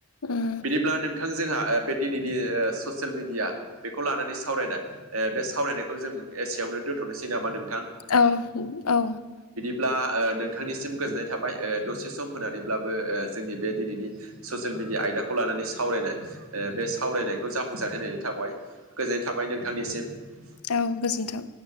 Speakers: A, on the left (about 85°); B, on the right (about 70°).
A: उम
B: बिदिब्ला नोंथां जो जोंहा बे दिनैनि ओ ससियेल मेडिया बेखौ लानानै सावरायनाय ओ बे सावरायनायखौ जों एसेयावनो दोन्थ'नोसै नामा नों
A: औ औ।
B: ब्ला ओ नोंथांनिसिम गोजोननाय थाबाय ओ दसे सम होनानैब्लाबो जोंनि बे दिनैनि ससियेल मिडिया आयदाखौ लानानै सावरायनाय ओ बे सावरायनायखौ जाफुंसार होनायनि थाबाय गोजोननाय थाबाय नोंथांनिसिम।
A: औ गोजोन्थों।